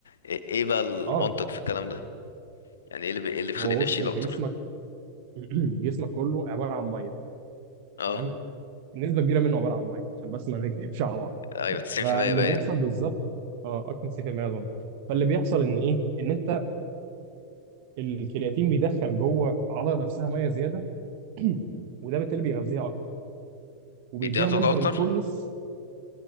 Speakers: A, on the left; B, on the right.
A: ايه إيه بقى المنطق
B: اه
A: في الكلام ده يعني ايه اللي بي... إيه اللي بيخليني
B: هو بص
A: اشيل
B: انت
A: اكتر
B: جسمك <clears throat> جسمك كله عباره عن ميه
A: اه
B: تمام نسبه كبيره منه عباره عن ميه عشان بس ما نكذبش على بعض
A: ايوه 90%
B: فاللي
A: باين
B: بيحصل بالظبط اه اكتر من 90% اظن فاللي بيحصل ان ايه ان انت الكرياتين بيدخل جوه العضله نفسها ميه زياده <clears throat> وده بالتالي بيغذيها اكتر وبيديها
A: بيديها طاقه
B: منظر
A: اكتر
B: الفولنس